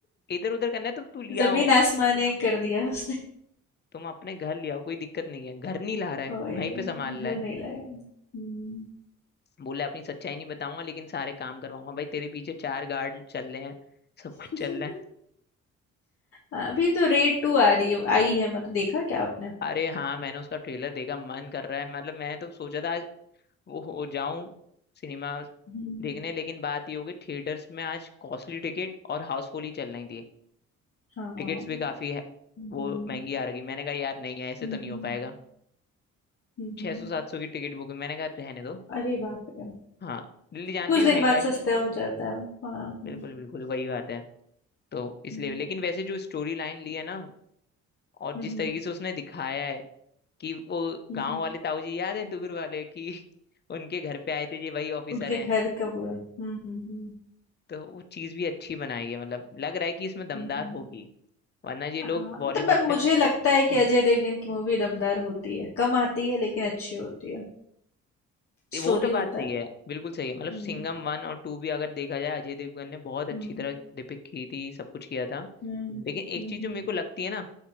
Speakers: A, on the left; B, on the left.
A: इधर उधर करना है तो तू लिया
B: जमीन आसमान एक कर दिया उसने
A: तुम अपने घर ले आओ कोई दिक्कत नहीं है घर नहीं ला रहा है
B: ओए
A: वहीं पे संभाल रहा
B: घर
A: है
B: नहीं लाया हम्म
A: बोला अपनी सच्चाई नहीं बताऊंगा लेकिन सारे काम करवाऊंगा भाई तेरे पीछे चार गार्ड चल रहे हैं सब कुछ
B: <laughs>
A: चल रहा है
B: हाँ, अभी तो रेड टू आ रही है आई है मतलब देखा क्या आपने
A: अरे हाँ मैंने उसका ट्रेलर देखा मन कर रहा है मतलब मैं तो सोचा था आज वो हो जाऊं सिनेमा
B: हम्म
A: देखने लेकिन बात ये हो गई थिएटर्स में आज कॉस्टली टिकट और हाउसफुल ही चल रही थी
B: हाँ
A: टिकट्स भी काफी है
B: हम्म
A: वो महंगी आ रही मैंने कहा यार नहीं है ऐसे
B: हम्म
A: तो नहीं हो पाएगा
B: हम्म,
A: छह सौ सात सौ की टिकट बुक मैंने कहा रहने दो
B: अरे बाप रे
A: हाँ दिल्ली जानती
B: कुछ
A: हो
B: दिन
A: महंगा
B: बाद
A: है
B: अभी सस्ता आई हो है जाता कल है वो। हाँ हाँ
A: बिल्कुल बिल्कुल वही बात है तो इसलिए
B: हम्म
A: लेकिन वैसे जो स्टोरी लाइन ली है ना और
B: हम्म
A: जिस तरीके से उसने दिखाया है कि वो
B: हम्म,
A: गांव
B: हम्म,
A: वाले ताऊ जी याद है दूर वाले कि <laughs> उनके घर पे आए थे ये वही ऑफिसर
B: उनके
A: हैं
B: घर का ये पूरा है हम्म हम्म हम्म।
A: तो वो चीज भी अच्छी बनाई है मतलब लग रहा है कि इसमें दमदार
B: हम्म
A: होगी वरना ये लोग
B: हाँ मतलब
A: बॉलीवुड
B: अरे मैं- बाप
A: से
B: मुझे
A: में
B: रे लगता
A: हम्म,
B: है कि अजय देवगन की मूवी दमदार होती है कम आती है लेकिन अच्छी होती है
A: ये
B: स्टोरी
A: वो तो बात
B: होता
A: सही
B: है
A: है बिल्कुल सही
B: हम्म
A: है मतलब सिंघम वन और टू भी अगर देखा जाए अजय देवगन ने बहुत अच्छी
B: हम्म
A: तरह डिपिक्ट की थी सब कुछ किया था
B: हम्म
A: लेकिन एक
B: हम्म हम्म
A: चीज
B: हम्म
A: जो मेरे को लगती है ना